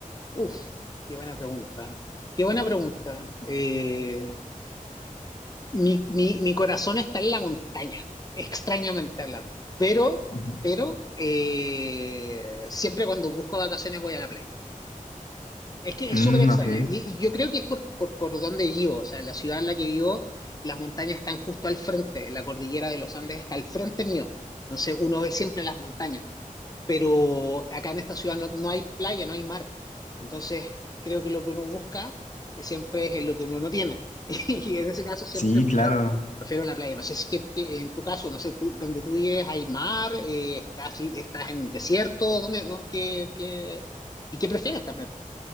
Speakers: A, on the left (about 25°); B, on the left (about 60°).
A: Uf, qué buena pregunta. Qué buena pregunta. Eh, mi, mi- mi corazón está en la montaña, extrañamente hablando. Pero,
B: Ujú.
A: pero, eh, siempre cuando busco vacaciones voy a la playa. Es que
B: Mm,
A: es súper extraño.
B: ok,
A: Y, y yo creo que es por, por, por donde vivo, o sea, la ciudad en la que vivo, las montañas están justo al frente, la cordillera de los Andes está al frente mío. Entonces uno ve siempre las montañas, pero acá en esta ciudad no, no hay playa, no hay mar. Entonces creo que lo que uno busca siempre es en lo que uno no tiene. <laughs> Y en ese caso siempre
B: sí,
A: prefiero,
B: claro.
A: prefiero la playa. No sé si que, que en tu caso, no sé, tú- donde tú vives hay mar, eh, estás, estás en desierto, ¿dónde, dónde- qué- qué- ¿y qué prefieres también?